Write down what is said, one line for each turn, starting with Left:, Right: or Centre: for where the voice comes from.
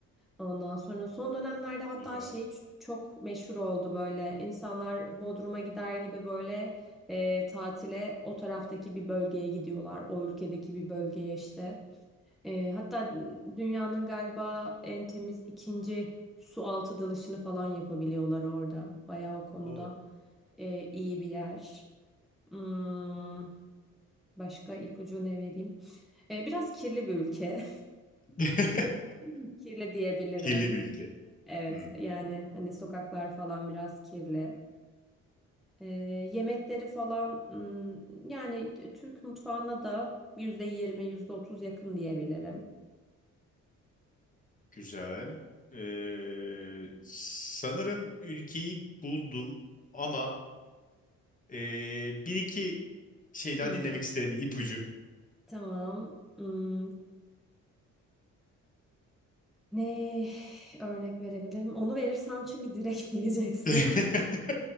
Centre: Ondan sonra son dönemlerde hatta
Left: Güzel.
Centre: şey ç- çok meşhur oldu böyle. insanlar Bodrum'a gider gibi böyle e, tatile o taraftaki bir bölgeye gidiyorlar. O ülkedeki bir bölgeye işte. E, hatta dünyanın galiba en temiz ikinci su altı dalışını falan yapabiliyorlar orada. Bayağı o konuda
Left: Oo.
Centre: e, iyi bir yer. Hmm, başka ipucu ne vereyim? E, biraz kirli bir ülke.
Left: <laughs>
Centre: <laughs> Kirli diyebilirim.
Left: Kirli bir ülke.
Centre: Evet
Left: Hmm.
Centre: yani hani sokaklar falan biraz kirli. E, yemekleri falan hmm, yani Türk mutfağına da yüzde yirmi, yüzde otuz yakın diyebilirim.
Left: Güzel. Ee, sanırım ülkeyi buldum ama Ee, bir iki şey daha
Centre: Hmm,
Left: dinlemek isterim ipucu.
Centre: tamam. Hmm, Ne örnek verebilirim? Onu verirsem çünkü direkt <laughs> bileceksin.
Left: <laughs>